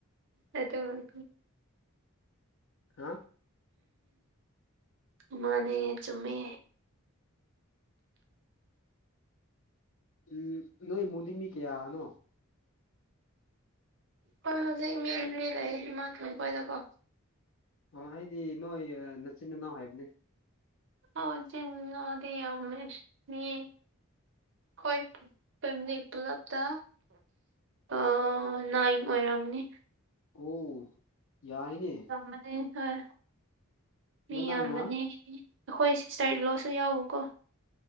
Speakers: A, on the right; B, on the left.
A: ꯑꯗꯣ
B: ꯍꯥ
A: ꯎꯝ ꯃꯥꯅꯦ ꯆꯨꯝꯃꯦ
B: ꯎꯝ ꯅꯣꯏ ꯏꯃꯨꯗꯤ ꯃꯤ ꯀꯌꯥꯅꯣ
A: ꯍꯣꯏ ꯍꯧꯖꯤꯛ ꯃꯤ ꯂꯩ ꯏꯃꯥꯊꯈꯣꯏꯗꯀꯣ
B: ꯑꯣ ꯑꯩꯗꯤ ꯅꯣꯏ ꯅꯆꯤꯟ ꯏꯅꯥꯎ ꯍꯥꯏꯕꯅꯦ
A: ꯍ ꯆꯅꯗꯤ ꯃꯤ ꯍꯣꯏ ꯐꯦꯃꯤꯂꯤ ꯄꯨꯂꯞꯇ ꯑ ꯅꯥꯏꯟ ꯑꯣꯏꯔꯝꯅꯦ
B: <unintelligible> ꯌꯥꯏꯅꯦ
A: ꯑꯃꯅꯤꯅꯦ ꯍꯣꯏ ꯃꯤ
B: ꯑꯗꯣ ꯅꯪꯅ
A: ꯌꯥꯝꯅꯦ ꯑꯩꯈꯣꯏ ꯁꯤꯁꯇꯔꯔꯤ ꯂꯣꯁꯨ ꯌꯥꯎꯀꯣ